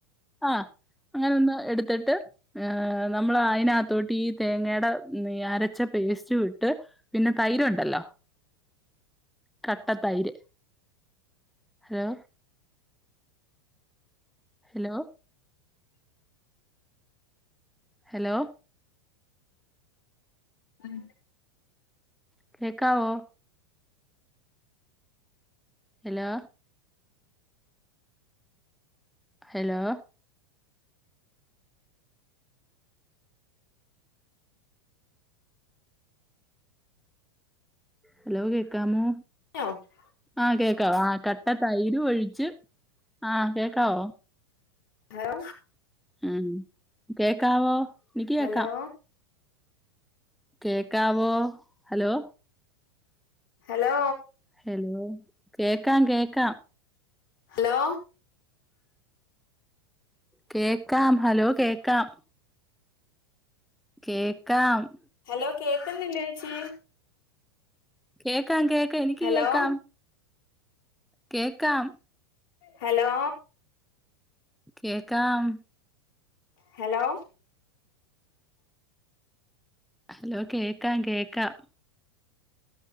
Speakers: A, in the centre; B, on the left.
A: ആ അങ്ങനെന്ന് എടുത്തിട്ട് നമ്മള് അയിനകത്തോ ഈ തേങ്ങെടെ അരച്ച പേസ്റ്റു ഇട്ട് പിന്നെ തൈര് ഉണ്ടല്ലോ കട്ട തൈര് ഹലോ ഹലോ ഹലോ
B: ഉം
A: കേക്കാവോ ഹലോ ഹലോ ഹലോ കേക്കാമോ
B: <inaudible>
A: ആ കേക്കാവോ ആ കട്ട തൈരു ഒഴിച്ച് ആ കേക്കാവോ
B: ഹലോ
A: ഉം, കേക്കാവോ? എനിക്ക്
B: ഹലോ
A: കേക്കാം കേക്കാവോ ഹലോ?
B: ഹലോ
A: ഹലോ കേക്കാം, കേക്കാം
B: ഹലോ
A: കേക്കാം, ഹലോ കേൾക്കാം കേൾക്കാം
B: ഹലോ കേക്കന്നില്ല ചേച്ചി?
A: കേക്കാം കേക്കാം, എനിക്ക്
B: ഹലോ
A: കേക്കാം കേക്കാം
B: ഹലോ
A: കേക്കാം
B: ഹലോ
A: ഹലോ കേക്കാം കേക്കാം